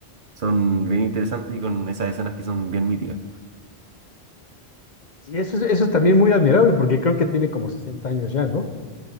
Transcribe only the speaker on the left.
Y eso es, eso es también muy admirable, porque creo que tiene como 60 años ya, ¿no?